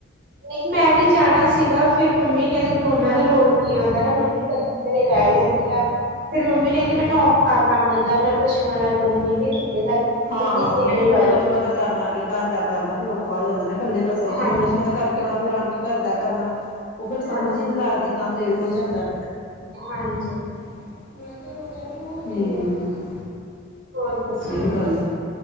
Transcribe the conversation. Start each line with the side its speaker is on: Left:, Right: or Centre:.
Right: ਨਹੀਂ ਮੈਂ ਵੀ ਜਾਣਾ ਸੀਗਾ ਫੇਰ ਮੰਮੀ ਕਹਿੰਦੀ ਦੋਨਾਂ ਦਾ ਲੋਟ ਨਹੀਂ ਆਉਂਦਾ ਨਾ ਮੰਮੀ ਕੱਲੀ ਘਰੇ ਰਹਿ ਜਾਂਦੀ ਆ ਫੇਰ ਮੰਮੀ ਕਹਿੰਦੀ ਮੈਨੂੰ ਔਖਾ ਕੰਮ ਦਾ ਮੈਂ ਪਸ਼ੂਆਂ ਦਾ ਕਰੂੰਗੀ ਕਿ ਚੁੱਲੇ ਦਾ ਕਰੂੰਗੀ
Left: ਹਾਂ
Right: ਕਹਿੰਦੀ
Left: ਉਹੀ
Right: ਤੇਰੀ
Left: ਨਾ ਫੇਰ
Right: ਵਾਰੀ
Left: ਪਸੂਆਂ ਦਾ ਕਰਨਾ ਕੇ ਘਰ ਦਾ ਕਰਨਾ ਫਿਰ ਔਖਾ ਹੋ ਜਾਂਦਾ ਨਾ ਇਕੱਲੇ ਬਸ ਜਿਹਨੇ
Right: ਹਾਂਜੀ,
Left: ਪਸੂਆਂ ਦਾ ਕਰਕੇ ਕੇਉਣਾ ਫਿਰ ਆਣ ਕੇ ਘਰ ਦਾ ਕਰਨਾ ਉਹ ਫੇਰ ਸਮਝ
Right: ਹਾਂਜੀ,
Left: ਹੀ ਨਹੀਂ ਲੱਗਦੀ ਕੰਮ ਲੇਟ ਹੋ ਜਾਂਦਾ
Right: ਹਾਂਜੀ
Left: ਹਮ
Right: ਹੋਰ ਦੱਸੋ
Left: ਇਹ ਵੀ ਗੱਲ ਹੈ